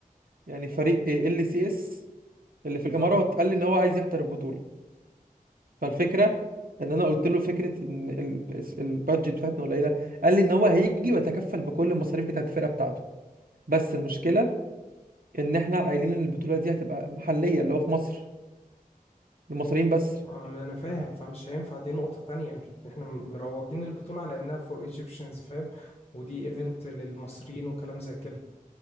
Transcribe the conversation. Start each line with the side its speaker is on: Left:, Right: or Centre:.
Right: يعني فريق ال سي اس اللي في الامارات
Left: اه
Right: قال لي ان هو عايز يحضر البطوله فالفكره ان انا قلت له فكره ان ال- البادجت بتاعتنا قليله قال لي ان هو هيجي ويتكفل بكل المصاريف بتاعت الفرقه بتاعته بس المشكله ان احنا قايلين ان البطوله دي هتبقى محليه اللي هو في مصر المصريين بس
Left: اه ما انا فاهم فمش هينفع دي نقطة تانية مش- احنا م- مروجين البطولة على انها فور ايجيبشنز فاهم ودي ايفنت للمصريين وكلام زي كده